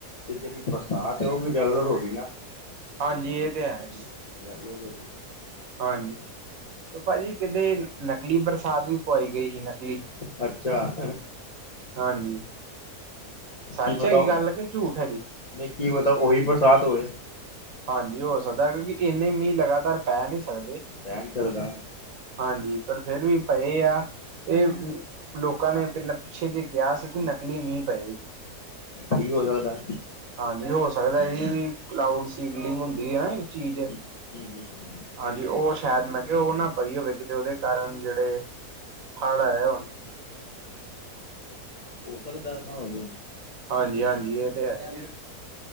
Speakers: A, on the left (about 40°); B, on the right (about 65°).
A: ਤੇ ਜਿਹੜੀ ਬਰਸਾਤ ਹੈ ਉਹ ਵੀ ਰੈਗੂਲਰ ਹੋ ਰਹੀ ਨਾ।
B: ਹਾਂਜੀ, ਇਹ ਤੇ ਹੈ‌।
A: ਲਗਦਾ
B: ਹਾਂਜੀ, ਭਾਜੀ ਕਿਡੇ ਨਕਲੀ ਬਰਸਾਤ ਵੀ ਪਵਾਈ ਗਈ ਸੀ, ਨਕਲੀ,
A: ਹੈ। ਅੱਛਾ
B: ਹਾਂਜੀ। ਸੱਚ
A: ਕੀ ਪਤਾ
B: ਹੈਗੀ
A: ਓ,
B: ਗੱਲ ਕਿ ਝੂਠ ਹੈਗੀ
A: ਕੀ ਪਤਾ ਉਹੀ ਬਰਸਾਤ ਹੋਏ।
B: ਹਾਂਜੀ, ਹੋ ਸਕਦਾ ਕਿਉਂਕਿ ਇੰਨੇ ਮੀਂਹ ਲਗਾਤਾਰ ਪੈ ਨਹੀਂ ਸਕਦੇ।
A: ਰਹਿ ਨਹੀਂ ਸਕਦਾ
B: ਹਾਂਜੀ, ਪਰ ਫੇਰ ਵੀ ਪਏ ਆ। ਏ, ਲੋਕਾਂ ਨੇ ਪਹਿਲਾਂ ਪਿੱਛੇ ਜੇ ਕਿਹਾ ਸੀ ਕਿ ਨ ਲੀ ਨਹੀ ਪਏ ਜੀ,
A: ਕੀ ਹੋ ਸਕਦਾ
B: ਹਾਂਜੀ, ਹੋ ਸਕਦਾ ਜੀ ਵੀ ਕਡ ਇਡਲੀਂਗ ਹੁੰਦੀ ਆ ਨਾ, ਇੱਹ ਚੀਜ਼
A: ਹਮ ਹਮ
B: ਹਾਂਜੀ, ਉਹ ਸ਼ਾਇਦ ''ਮੈਂ ਕਿਹਾ ਉਹ ਨਾ ਪਈ ਹੋਵੇ, ਕਿਤੇ ਉਹਦੇ ਕਾਰਨ ਜਿਹੜੇ ਹੜ ਆਏ ਹੋਣ।
A: ਹੋ ਸਕਦਾ, ਓ ਨਾਲ ਹੋਏ ਹੋਣ।
B: ਹਾਂਜੀ-ਹਾਂਜੀ, ਇਹ ਤਾ ਹੈ।